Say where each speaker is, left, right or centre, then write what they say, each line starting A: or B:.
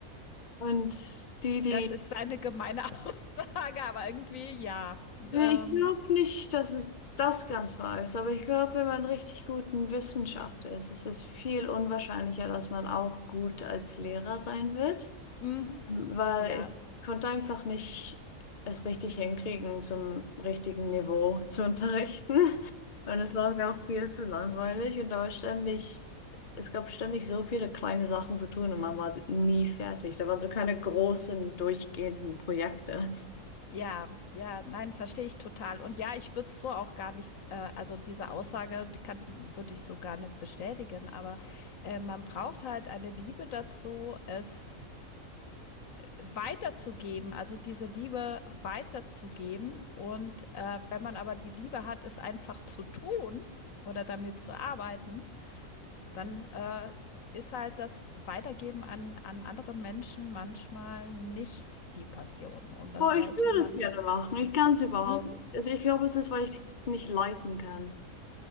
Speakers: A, on the left; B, on the left.
A: Und die, die,
B: Das ist eine gemeine <laughs> Aussage, aber irgendwie ja.
A: ich
B: Ähm,
A: glaube nicht, dass es das ganz wahr ist, aber ich glaube, wenn man richtig gut in Wissenschaft ist, ist es viel unwahrscheinlicher, dass man auch gut als Lehrer sein wird,
B: mhm,
A: Ähm, weil
B: ja,
A: ich konnte einfach nicht es richtig hinkriegen, zum richtigen Niveau zu unterrichten. Und es war mir auch viel zu langweilig und da war ständig, es gab ständig so viele kleine Sachen zu tun und man war nie fertig. Da waren so keine großen, durchgehenden Projekte.
B: ja, ja, nein, verstehe ich total. Und ja, ich würde es so auch gar nicht, äh, also diese Aussage die kann, würde ich so gar nicht bestätigen, aber äh, man braucht halt eine Liebe dazu, es weiterzugeben, also diese Liebe weiterzugeben. Und äh, wenn man aber die Liebe hat, es einfach zu tun oder damit zu arbeiten, dann äh, ist halt das Weitergeben an, an andere Menschen manchmal nicht die Passion. Und dann
A: Boah,
B: sollte
A: ich würde
B: man,
A: es gerne machen. Ich kann es überhaupt
B: mhm.
A: nicht. Also ich glaube, es ist, weil ich nicht leiten kann.